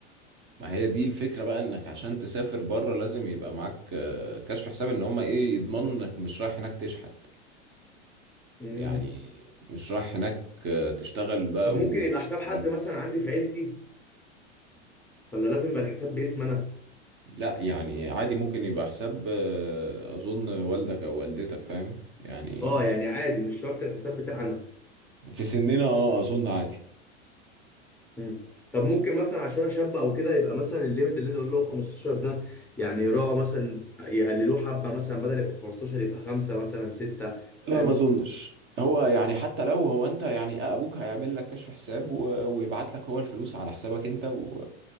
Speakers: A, on the right (about 35°); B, in the centre.
A: ما هي دي الفكرة بقى انك عشان تسافر بره لازم يبقى معاك آه، كشف حساب ان هم ايه يضمنوا انك مش رايح هناك تشحت
B: مم.
A: يعني مش رايح هناك آه، تشتغل بقى
B: طب ممكن
A: وتقعد
B: يبقى حساب
A: في
B: حد
A: البلد
B: مثلا عندي في عيلتي ولا لازم يبقى الحساب باسم انا
A: لا يعني عادي ممكن يبقى حساب آه، اظن والدك او والدتك فاهم يعني
B: اه يعني عادي مش شرط الحساب بتاعي انا
A: في سننا اه اظن عادي
B: مم. طب ممكن مثلا عشان اشبع او كده يبقى مثلا الليميت اللي انت قلت له 15 ده يعني يراعوا مثلا يقللوه حبه مثلا بدل يبقى 15 يبقى خمسه مثلا سته فاهم
A: لا ما اظنش هو يعني حتى لو هو انت يعني ابوك هيعمل لك كشف حساب و- ويبعت لك هو الفلوس على حسابك انت و...